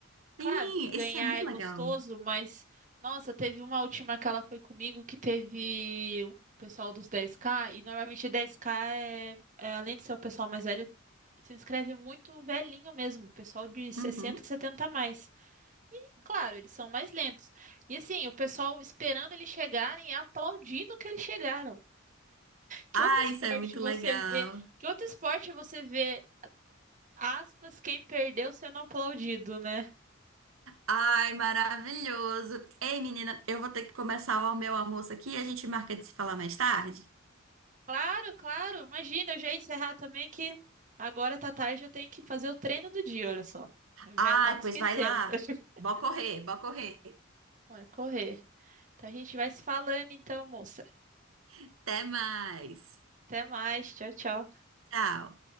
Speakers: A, on the right (about 40°); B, on the right (about 90°).
A: Claro
B: Sim,
A: que ganhar
B: isso é muito
A: é gostoso,
B: legal.
A: mas nossa, teve uma última que ela foi comigo que teve o pessoal dos 10K e normalmente 10K é, é, além de ser o pessoal mais velho, se inscreve muito velhinho mesmo, pessoal de 60,
B: Uhum.
A: 70 a mais. Claro, eles são mais lentos. E assim, o pessoal esperando eles chegarem e aplaudindo que eles chegaram. Que
B: Ah,
A: outro esporte
B: isso é muito
A: você
B: legal.
A: vê? Que outro esporte você vê, aspas, quem perdeu sendo aplaudido, né?
B: Ai, maravilhoso. Ei, menina, eu vou ter que começar o meu almoço aqui. A gente marca de se falar mais tarde.
A: Claro, claro. Imagina, eu já ia encerrar também que agora tá tarde, eu tenho que fazer o treino do dia, olha só. Eu já
B: Ai,
A: tava esquecendo.
B: pois vai lá.
A: <laughs>
B: Bora correr, bora correr.
A: Bora correr. Então a gente vai se falando então, moça.
B: Até mais.
A: Até mais. Tchau, tchau.
B: Tchau.